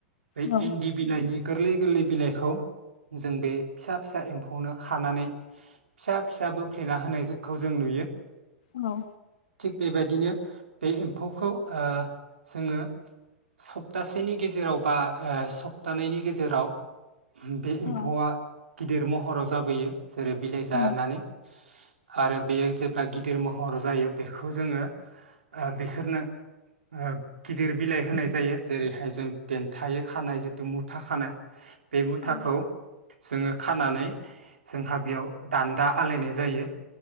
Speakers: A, on the right; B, on the left.
A: बै
B: औ
A: इन्दि बिलाइनि गोरलै गोरलै बिलाइखौ जों बे फिसा फिसा एम्फौआवनो खानानै फिसा फिसा बोफ्लेना होनायखौ जों नुयो।
B: औ।
A: थिग बेबायदिनो बे एम्फौखौ ओ जोङो सप्तासेनि गेजेराव बा ओ सप्तानैनि गेजेराव बे एम्फौआ
B: औ
A: गिदिर महराव जाबोयो जेरै बिलाइसि जानानै
B: औ
A: आरो बेयो जेब्ला गिदिर महर जायो बेखौ जोङो ओ बिसोरनो ओ गिदिर बिलाइ होनाय जायो जेरैहाय जों देन्थायै खानाय जिथु मुथा खानाय बे मुथाखौ
B: औ
A: जोङो खानानै जोंहा बेयाव दान्दा आलायनाय जायो।